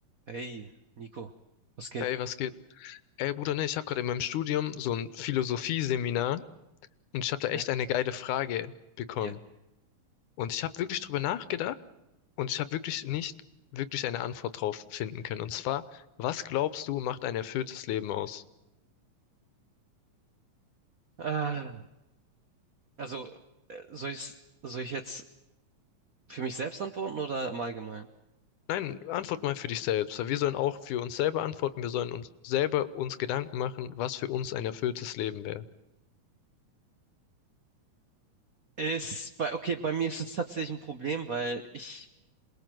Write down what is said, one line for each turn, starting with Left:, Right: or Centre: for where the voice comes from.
Right: Hey, Nico, was geht?
Left: Ey, was geht? Ey, Bruder, ne, ich habe gerade in meinem Studium so ein Philosophie-Seminar und ich habe
Right: Okay,
Left: da echt eine geile Frage bekommen.
Right: ja.
Left: Und ich habe wirklich drüber nachgedacht und ich habe wirklich nicht wirklich eine Antwort drauf finden können. Und zwar, was glaubst du, macht ein erfülltes Leben aus?
Right: Ah, also, äh, soll ich, soll ich jetzt für mich selbst antworten oder im Allgemeinen?
Left: Nein, antwort mal für dich selbst. Wir sollen auch für uns selber antworten. Wir sollen uns selber uns Gedanken machen, was für uns ein erfülltes Leben wäre.
Right: Ist bei, okay, bei mir ist es tatsächlich ein Problem, weil ich,